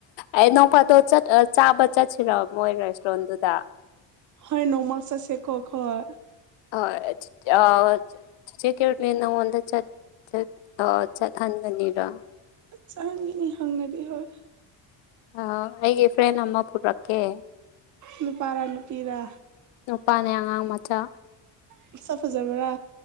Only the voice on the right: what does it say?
ꯍꯣꯏ ꯅꯣꯡꯃꯥ ꯆꯠꯁꯤꯀꯣ ꯑꯈꯣꯏ
ꯆꯠꯍꯟꯒꯅꯤ ꯍꯪꯒꯗꯤ ꯍꯣꯏ
ꯅꯨꯄꯥꯔꯥ ꯅꯨꯄꯤꯔꯥ
ꯃꯁꯛ ꯐꯖꯕ꯭ꯔꯥ